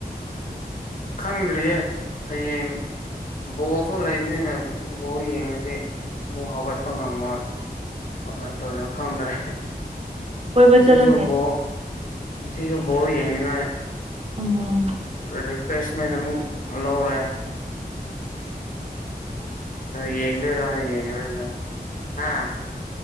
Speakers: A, on the left (about 55°); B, on the right (about 40°).
A: ꯈꯪꯗꯔꯤꯌꯦ ꯍꯌꯦꯡ ꯕꯣꯜꯁꯨ ꯂꯩꯕꯅꯤꯅ ꯕꯣꯜ ꯌꯦꯡꯉꯗꯤ ꯑꯃꯨꯛ ꯍꯧꯒꯠꯄ ꯉꯝꯃꯣꯏ ꯀꯃꯥꯏꯅ ꯇꯧꯔꯤꯅꯣ ꯈꯪꯗ꯭ꯔꯦ
B: ꯀꯣꯏꯕ
A: ꯉꯁꯤꯁꯨ
B: ꯆꯠꯂꯣꯅꯦ
A: ꯕꯣꯜ ꯉꯁꯤꯁꯨ ꯕꯣꯜ ꯌꯦꯡꯅꯤꯡꯉꯥꯏ
B: ꯎꯝ
A: ꯔꯤꯐ꯭ꯔꯦꯁꯃꯦꯟ ꯑꯃꯨꯛ ꯂꯧꯔꯦ ꯌꯦꯉꯗꯣꯏꯔ ꯌꯦꯉꯉꯔꯣꯏꯗꯔ ꯍꯥ